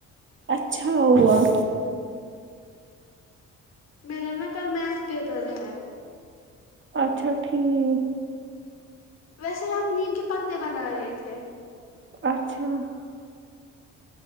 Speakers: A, on the right; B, on the left.
A: اچھا ا
B: میرا نا کل میتھ پیپر ہے
A: اچھا ٹھیک
B: ویسے میں ہم نیم کے پتے بنا رہے تھے
A: <inaudible>